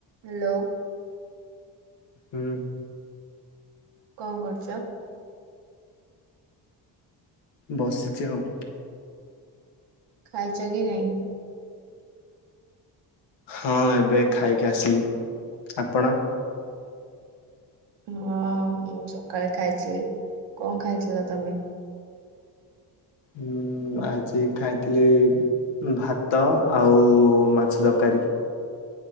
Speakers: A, on the right (about 75°); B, on the left (about 80°).
A: Hello
B: ହୁଁ
A: କଣ କରୁଛ?
B: ବସିଛି ଆଉ।
A: ଖାାଇଚ କି ନାହିଁ?
B: ହଁ ଏବେ ଖାଇକି ଆସିଲି ଆପଣ?
A: ହଁ ମୁଁ ସକାଳେ ଖାଇଥିଲି। କଣ ଖାଇଥିଲ ତମେ?
B: ହୁଁ ଆଜି ଖାଇଥିଲି ଭାତ ଆଉ ମାଛ ତରକାରୀ